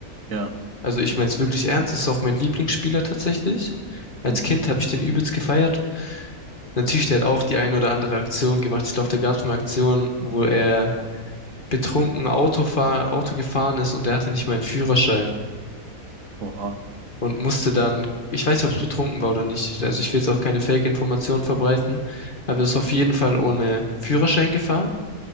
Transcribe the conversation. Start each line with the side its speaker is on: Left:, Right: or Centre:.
Right: Ja.
Left: Also ich meine es wirklich ernst, ist auch mein Lieblingsspieler tatsächlich. Als
Right: Mhm.
Left: Kind habe ich den übelst gefeiert. Natürlich, der hat auch die eine oder andere Aktion gemacht. Ich glaube, da gab es eine Aktion, wo er betrunken Auto, fahr, Auto gefahren ist und der hatte nicht mal einen Führerschein
Right: Oha.
Left: und musste dann, ich weiß nicht, ob es betrunken war oder nicht. Also ich will jetzt auch keine Fake-Informationen verbreiten, aber er ist auf jeden Fall ohne Führerschein gefahren